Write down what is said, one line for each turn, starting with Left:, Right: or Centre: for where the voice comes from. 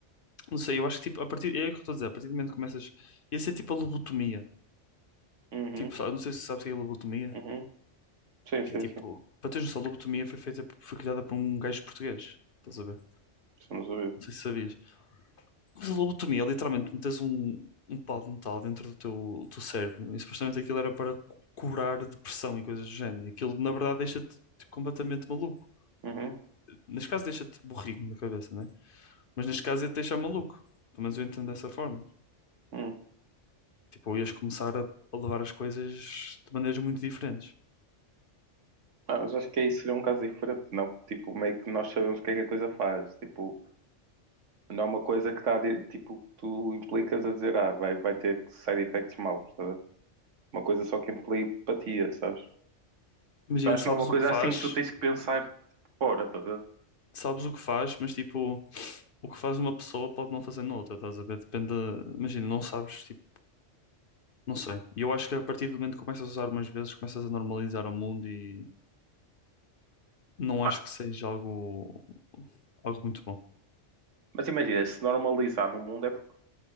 Left: Não sei, eu acho que tipo, a partir, é o que eu estou a dizer, a partir do momento que começas, ia ser tipo a lobotomia.
Right: Uhum,
Left: Tipo, sabe- não sei se sabes o que é a lobotomia,
Right: uhum. Sim, sim,
Left: que é tipo,
Right: sim.
Left: para teres noção, a lobotomia foi feita, por- foi criada por um gajo português. Estás a ver?
Right: Estamos a ouvir.
Left: Não sei se sabias. Mas a lobotomia é literalmente metes um, um pau de metal dentro do teu, do teu cérebro e supostamente aquilo era para cu- curar depressão e coisas do género. E aquilo, na verdade, deixa-te tipo, completamente maluco.
Right: Uhum,
Left: Neste caso, deixa-te burrinho na cabeça, né? Mas neste caso ia-te deixar maluco. Pelo menos eu entendo dessa forma.
Right: uhum.
Left: Tipo, ou ias começar a, a levar as coisas de maneiras muito diferentes.
Right: Ah, mas acho que aí seria um caso diferente, não? Porque, tipo, meio que nós sabemos o que é que a coisa faz. Tipo, não é uma coisa que está, tipo, que tu implicas a dizer, ah, vai, vai ter side effects maus, tá? a ver? Uma coisa só que implica empatia, sabes?
Left: Imagina,
Right: Tipo, acho
Left: sabes
Right: que não é uma coisa
Left: o que faz,
Right: assim que tu tens que pensar fora, tá? a ver?
Left: sabes o que faz, mas tipo, o que faz uma pessoa pode não fazer noutra, estás a ver? Depende, da- imagina, não sabes, tipo, não sei. E eu acho que a partir do momento que começas a usar umas vezes, começas a normalizar o mundo e não
Right: Ah,
Left: acho que seja algo, algo muito bom.
Right: mas imagina, se normalizar no mundo é porque,